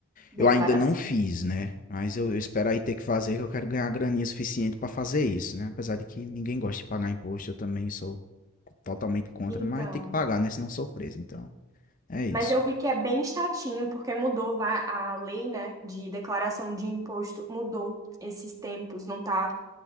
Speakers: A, on the right (about 15°); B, on the left (about 35°).
A: Declaração.
B: eu ainda não fiz, né? Mas eu, eu espero aí ter que fazer, que eu quero ganhar graninha suficiente pra fazer isso, né? Apesar de que ninguém gosta de pagar imposto, eu também sou totalmente contra,
A: Então.
B: mas tem que pagar, né? Senão eu sou preso, então é isso.
A: Mas eu vi que é bem chatinho, porque mudou va- a lei, né, de declaração de imposto, mudou esses tempos, não tá,